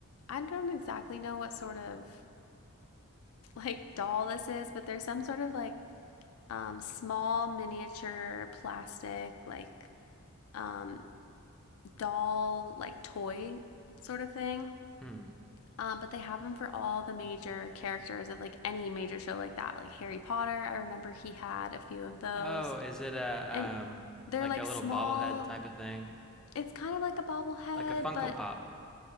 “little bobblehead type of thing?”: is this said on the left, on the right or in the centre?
Centre